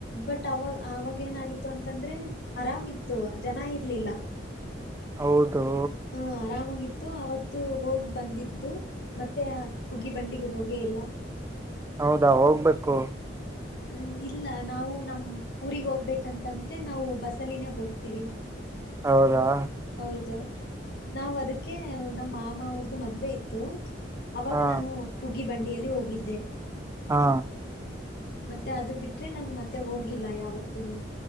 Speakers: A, on the left (about 60°); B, on the right (about 15°).
A: ಬಟ್ ಅವಾಗ ಅವಾಗೇಏನಾಗಿತ್ತು ಅಂತಂದ್ರೆ. ಆರಾಮಿತ್ತು ಜನ ಇರ್ಲಿಲ್ಲ.
B: ಹೌದು.
A: ಹ ಆರಾಮಾಗಿತ್ತು ಅವತ್ತು ಹೋಗಿ ಬಂದಿದ್ದು ಮತ್ತೆ ಆ ಹುಗ್ಗಿ ಬಂಡಿಗೆ ಹೋಗೇ ಇಲ್ಲ.
B: ಹೌದಾ ಹೋಗ್ಬೇಕು
A: ಹೂ ಇಲ್ಲ ನಾವು ನಮ್ ಊಗ್ ಹೋಗ್ಬೇಕಂತಂದ್ರೆ ನಾವು ಬಸ್ಸಲ್ಲಿಿನೇ ಹೋಗ್ತೀವಿ
B: ಹೌದಾ
A: ಹೌದು ನಾವ್ ಅದಕ್ಕೆ ನಮ್ಮ ಮಾಮ ಅವ್ರದುು ಮದ್ವೆ ಇತ್ತು ಅವಾಗ
B: ಹಾ
A: ನಾನು ಉಗೀ ಬಂಡಿಯಲ್ಲಿ ಹೋಗಿದ್ದೆ
B: ಹಾ
A: ಮತ್ತೆ ಅದು ಬಿಟ್ರೆ ನನ್ ಮತ್ತೆ ಹೋಗಿಲ್ಲ ಯಾವತ್ತನು